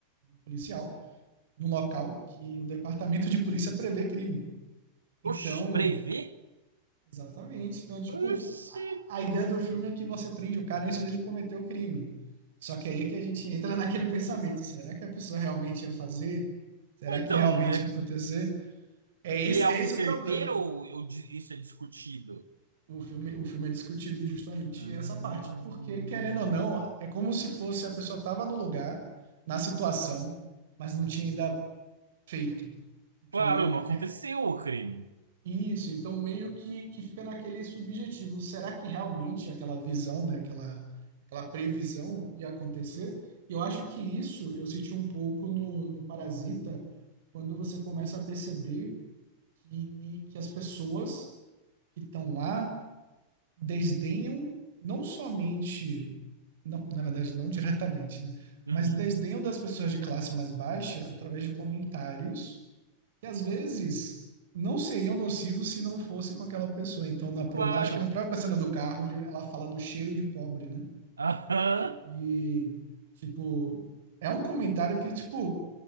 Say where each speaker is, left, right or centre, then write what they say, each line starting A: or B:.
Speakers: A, on the right; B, on the right.
A: policial num local que o departamento de polícia prevê crime. Então,
B: Oxe, prevê?
A: exatamente. Então, tipo,
B: Oxi.
A: a, a ideia do filme é que você prende o cara antes dele cometer o crime. Só que aí é que a gente entra naquele pensamento: será que a pessoa realmente ia fazer? Será
B: Então,
A: que realmente
B: é,
A: ia acontecer? É esse,
B: e é algo
A: é esse
B: certeiro
A: o problema.
B: ou, ou di- isso é discutido?
A: o filme, o filme é discutido justamente
B: Hum.
A: essa parte, porque querendo ou não, é como se fosse a pessoa estava no lugar, na situação, mas não tinha ainda feito. Então,
B: Claro, não aconteceu
A: é
B: o crime.
A: isso, então meio que, que fica naquele subjetivo, será que realmente aquela visão, né, aquela, aquela previsão ia acontecer? E eu acho que isso eu senti um pouco no, no Parasita, quando você começa a perceber que, que as pessoas que estão lá desdenham não somente, não, na verdade, não <laughs> diretamente, né?
B: Uhum,
A: Mas desdenham das pessoas de classe mais baixa através de comentários que às vezes não seriam nocivos se não fosse com aquela pessoa. Então, na, pro-
B: Claro.
A: na- acho que na própria cena do carro, ele- ela fala do cheiro de pobre, né?
B: Aham.
A: E, tipo, é um comentário que, tipo,